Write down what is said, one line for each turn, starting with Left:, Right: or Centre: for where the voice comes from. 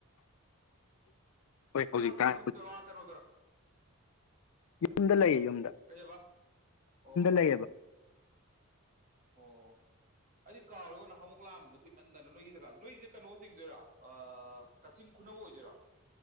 Left: ꯍꯣꯏ ꯍꯧꯖꯤꯛꯀꯥꯟ
Right: ꯅꯁꯤ ꯌꯨꯝꯗꯔ ꯀꯩꯅꯣꯗꯔ
Left: ꯌꯗ ꯂꯩꯌꯦꯣ
Right: ꯀꯩꯕ ꯑꯣ
Left: ꯂꯩꯌꯦꯕ
Right: ꯑꯣ ꯑꯩꯗꯤ ꯀꯥꯎꯔꯦꯒꯣ ꯅ ꯍꯥꯃꯨꯛ ꯂꯥꯝꯕꯗꯣ ꯀꯨꯏꯃꯟꯗꯅ ꯅꯣꯏꯒꯤ ꯖꯒꯥꯗ ꯅꯣꯏꯁꯦ ꯀꯩꯅꯣ ꯆꯤꯡꯗꯣꯏꯔꯥ ꯀꯛꯆꯤꯡ ꯈꯨꯅꯧ ꯑꯣꯏꯗꯣꯏꯔ